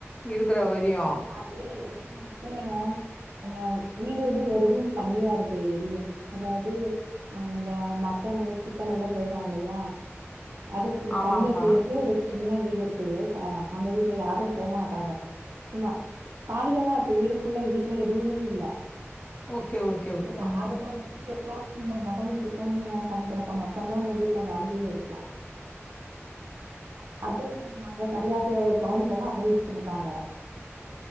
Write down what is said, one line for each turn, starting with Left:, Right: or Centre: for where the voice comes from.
Left: இருக்கிற வரையு
Right: ஆ அப்ப அது எப்டின்னாக்க ந ஆ வீடு இருந்து ஒரு இது தனியா இருக்குது வெளிய அதாவது அந்த மட்டனு சிக்கன் எல்லா செய்றோ இல்லையா அது
Left: ஆமாம்ப்பா.
Right: தனியா செய்யறதே ஒரு சின்ன வீடு இருக்குது அ அந்த வீட்ல யாரு போமாட்டாங்க சும்மா காலியாதா இருக்கு வீடு குள்ள வீட்ல எதுவுமே இல்ல
Left: ஓகே ஓகே
Right: சரி
Left: ம்.
Right: அதுல ருந்து எப்பயாது சின்ன மட்டனு சிக்கனு சமைக்கறப்ப மட்டுதா அந்த வீட்ல வலையல் இருக்கு அது சரி நாங்க சரியாது கவனிக்காம அப்டியே விட்இருக்காங்க